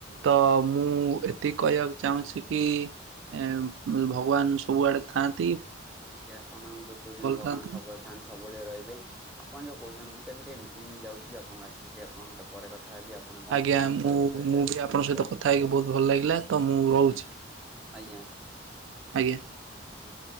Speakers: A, on the right; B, in the centre.
A: ତ ମୁଁ ଏତେ ତି କହିବାକୁ ଚାହୁଁଛି କି ଭଗବାନ ଇ ସବୁଆଡ଼େ ଥାନ୍ତ
B: ଆଜ୍ଞା ଆପଣ ଯୋଉ କହୁଛନ୍ତି ଭଗବାନ
A: ଥାଆନ୍ତୁ।
B: ସବୁବେଳେ ଥାନ୍ତି ସବୁବେଳେ ରହିବେ। ପାଇଁ ଆପଣ ଯୋଉ କହୁଛନ୍ତି ମୁଁ ତ ଏବେ ଟିକେ ମିଟିଂ ଯାଉଛି ଆପଣଙ୍କୁ ଆସିଲେ ଟିକେ ଆପଣଙ୍କ ସହ ପରେ କଥା ହେବି। କଥା ହେବି ଆପଣ କଣ
A: ଆଜ୍ଞା
B: କହୁଛନ୍ତି
A: ମୁଁ
B: ପରେ କଥା ହେବି
A: ମୁଁ
B: ଆଉ
A: ବି
B: ଆପଣଙ୍କ ସହିତ
A: କଥା ହେଇକି ବହୁତ ଭଲ ଲାଗିଲା ତ ମୁଁ ରହୁଛି
B: ଆଜ୍ଞା। ଆଜ୍ଞା।
A: ଆଜ୍ଞା।
B: ଆଜ୍ଞା।